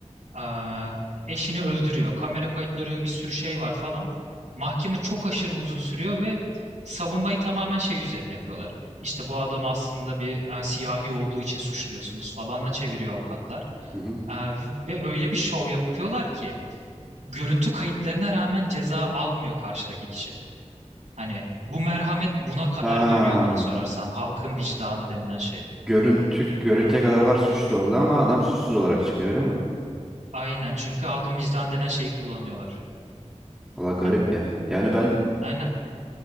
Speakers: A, on the right; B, in the centre.
A: Aa, eşini öldürüyor. Kamera kayıtları bir sürü şey var falan. Mahkeme çok aşırı uzun sürüyor ve savunmayı tamamen şey üzerine yapıyorlar. İşte bu adam aslında bir e, siyahi olduğu için suçluyorsunuz falanla çeviriyor avukatlar.
B: Hı hı.
A: Aa, ve öyle bir şov yapıyorlar ki görüntü kayıtlarına rağmen ceza almıyor karşıdaki kişi. Hani bu merhamet buna kadar
B: Ha,
A: dönüyor bana sorarsan. Halkın vicdanı denilen şey.
B: görüntü, görüntüye kadar var suçlu oldu ama adam suçsuz olarak çıkıyor öyle mi?
A: Aynen çünkü halkın vicdanı denen şeyi kullanıyorlar.
B: Valla garip
A: A-
B: ya. Yani ben
A: Aynen.